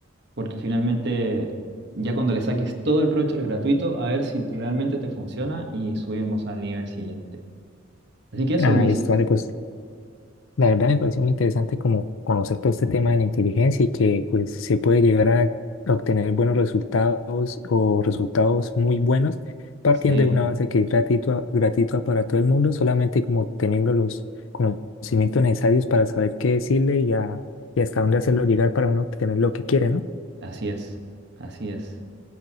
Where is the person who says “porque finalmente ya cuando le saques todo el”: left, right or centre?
Right